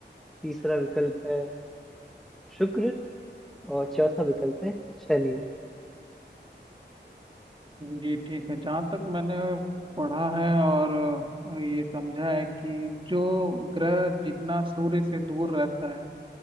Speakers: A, in the centre; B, on the right (about 25°).
A: तीसरा विकल्प है शुक्र और चौथा विकल्प है शनि
B: जी ठीक है जहाँ तक मैंने पढ़ा है और अ, ये समझा है कि जो ग्रह जितना सूर्य से दूर रहता है